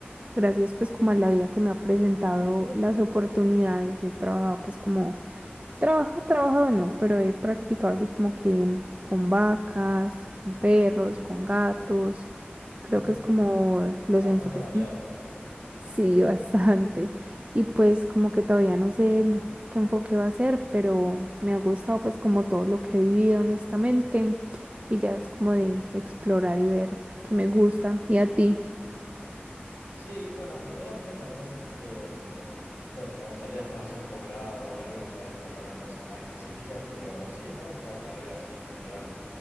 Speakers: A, on the right (about 35°); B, on the left (about 80°).
A: gracias pues como a la vida que me ha presentado las oportunidades, he trabajado pues como, trabajo, trabajado no, pero he practicado así como que mm, con vacas, con perros, con gatos, creo
B: Mm,
A: que es como los
B: bastante
A: enfoques.
B: variado.
A: Sí, bastante. Y pues como que todavía no sé qué enfoque va a ser, pero me ha gustado pues como todo lo que he vivido honestamente y ya es como de explorar y ver qué me gusta. ¿Y a ti?
B: Sí, bueno, en realidad a mí lo que me pasa es que, em, bueno, me gustaría después hacer un posgrado o algo y poder enfocarme en cosas más específicas, pero sí, me gusta la carrera así en general.